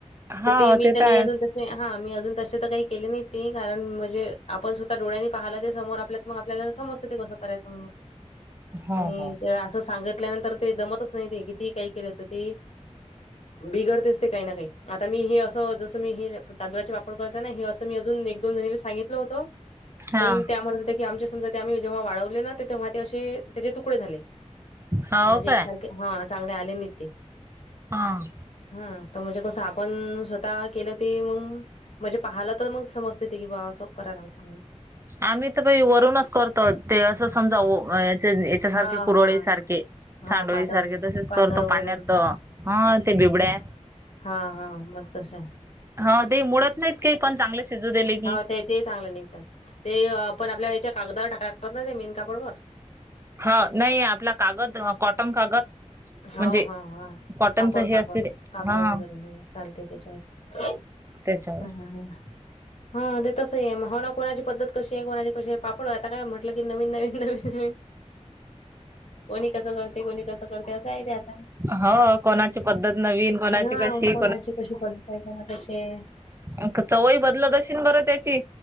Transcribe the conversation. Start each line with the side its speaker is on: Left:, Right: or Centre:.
Right: हाव
Left: तर ते मी तरी
Right: तर आहेच.
Left: अजून तशी च हा मी अजून तसे तर काही केले नाही ते. कारण म्हणजे आपण स्वतः डोळ्यांनी पाहिला ते समोर आपल्या मग आपल्याला समजत ते कसं करायचं. म्हणून
Right: हा हा.
Left: ते असं सांगितल्यानंतर ते जमत असतं नाही ते कीती काय केलं तर ते बिघडतेस ते काही ना काही. आता मी हे असं जसं मी हे तांदुळाचे वापर करत ना. हे असं मी अजून एक दोन जणीला सांगित ल होत.
Right: हा
Left: पण त्या म्हणत होत्या की, आमच्या समजा आम्ही जेव्हा वाळवले ना तेव्हा ते असे त्याचे तुकडे झाले.
Right: हाव
Left: म्हणजे
Right: काय
Left: एकसारखे, हा चांगले आले नाही ते
Right: हा.
Left: हा. तर म्हणजे कसं आपण स्वतः केलं ते मंग म्हणजे पाहायला तर मग समजते बा असं कराय लागते म्हणून
Right: आम्ही तर बाई वरूनच करतो ते असं समजा व त्याचे ऊ त्या च्या सारखे
Left: हां,
Right: कुरवडीसारखे.
Left: हां. हां,
Right: सांडोळी
Left: पातळ
Right: सारखे तसेच
Left: पातळ
Right: करतो
Left: वरून
Right: पाण्यात. ह ते बिबड्या
Left: हा हा बस तसे हाय.
Right: ह दे मुडत नाहीत ते पण चांगलेच शिजू दीली.
Left: ह ते ते चांगले निघतात. ते आपण आपल्या वेळेच्या टाकायला लागतात ना ते मेन कापड वर
Right: ह नाही आपला कागद अ कॉटन कागद
Left: हो
Right: म्हणजे
Left: हा हा.
Right: कॉटनच
Left: कापड
Right: हे
Left: कापड
Right: असते ते
Left: कापड
Right: हा
Left: वगैरे हम चालते त्याच्यावर.
Right: त्याच्यावर
Left: हम्म हम्म. हा ते तसं आहे. हो ना कोणाची पद्धत कशी आहे. कोणाचे कशी. पापड आता काय म्हण टला की नवीन नवीन नवीन कोणी कस करते. कोणी कस ठेवता येते आता.
Right: हो कोणाची पद्धत नवीन कोणाची
Left: हं
Right: कशी
Left: कोणाची कशी करणी. काहीं काहीना तशे
Right: अ चव ही बदलत अशील बरं त्याची.